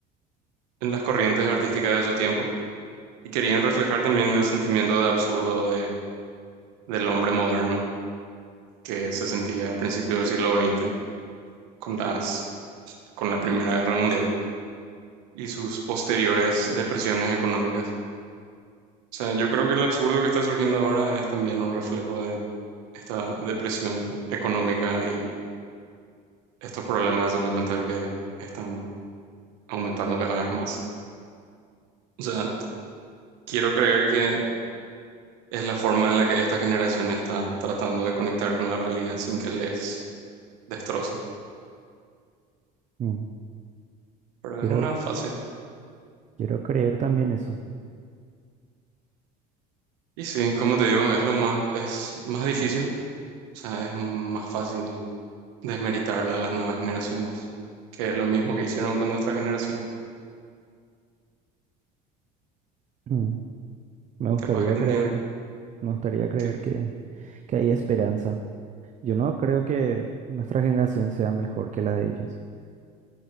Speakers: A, on the right; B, on the right.
A: en las corrientes artísticas de su tiempo Y querían reflejar también el sentimiento de absurdo de, del hombre moderno que se sentía a principios del siglo XX con las, con la Primera Guerra Mundial y sus posteriores depresiones económicas. O sea, yo creo que el absurdo que está surgiendo ahora es también un reflejo de esta depresión económica y estos problemas de salud mental que están aumentando cada vez más. O sea, quiero creer que es la forma en la que esta generación está tratando de conectar con la realidad sin que les destroce.
B: mm.
A: pero
B: Quiero,
A: es una fácil.
B: quiero creer también eso.
A: Y sí, como te digo, es lo más, es más difícil, o sea, es más fácil desmeritarle a las nuevas generaciones, que es lo mismo que hicieron con nuestra generación.
B: Mm. Me
A: Y
B: gustaría
A: capaz que tenían
B: creer, me gustaría creer
A: que,
B: que, que hay esperanza. Yo no creo que nuestra generación sea mejor que la de ellos.